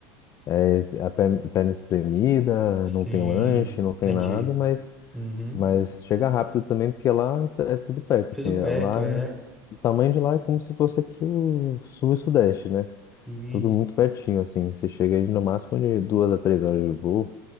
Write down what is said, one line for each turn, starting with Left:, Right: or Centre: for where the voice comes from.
Left: é é a per- perna espremida,
Centre: sim.
Left: não tem lanche, não tem
Centre: Entendi.
Left: nada, mas,
Centre: Uhum.
Left: mas chega rápido também porque lá é é tudo perto,
Centre: Tudo
Left: assim,
Centre: perto,
Left: lá,
Centre: é.
Left: o tamanho de lá é como se fosse aqui o sul e sudeste, né?
Centre: Sim,
Left: Tudo muito pertinho, assim, você chega aí no máximo de duas a três horas de voo